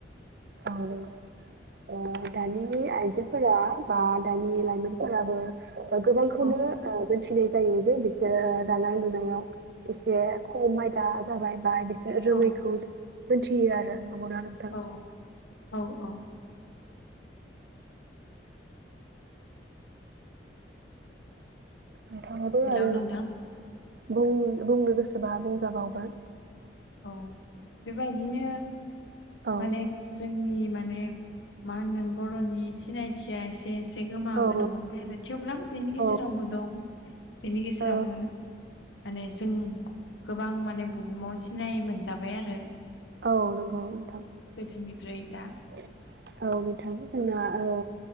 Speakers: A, on the right (about 55°); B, on the left (about 80°).
A: औ नंगौ। ओ दानि आइजोफोरा बा दानि लाइमोनफोराबो गोबांखौनो
B: औ
A: ओ थिनाय जायो जे बिसोरो दानाय लुनायाव एसे खम आयदा जाबाय बा बिसोर रोङैखौ
B: औ
A: जों मोनथियो आरो नंगौना नोंथां?
B: औ औ औ
A: नोंथां आबो
B: हेलौ
A: आरो
B: नोंथां
A: बुं -बुंनो गोसोबा बुंजाबावगोन।
B: औ बेबायदिनो
A: औ
B: माने जोंनि माने मा होनगोन बर'नि सिनायथिया एसे त्एसे गोमाबोनो
A: औ औ
B: हमबाय आरो थेवब्लाबो बेनि गेजेरावबो
A: औ
B: दं। बेनि गेजेरावबो
A: औ
B: माने जों गोबां माने बुहुमाव सिनाय मोनजाबाय आरो।
A: औ नंगौ औ नोंथां।
B: गोदोनिख्रुइ दा
A: <inaudible> औ नोंथां जोंना ओ